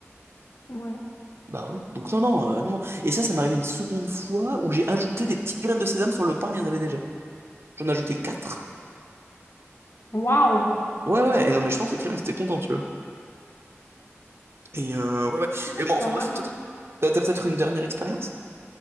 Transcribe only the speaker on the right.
Bah ouais. Donc non non euh, non non. Et ça ça m'est arrivé une seconde fois où j'ai ajouté des petites graines de sésame sur le pain où il y en avait déjà. J'en ai ajouté quatre.
Ouais ouais. Et non mais je pense que les clients ils étaient contents, tu vois. Et euh, ouais ouais.
Et bon
enfin
bref, toi,
t'as t'as peut-être une dernière expérience?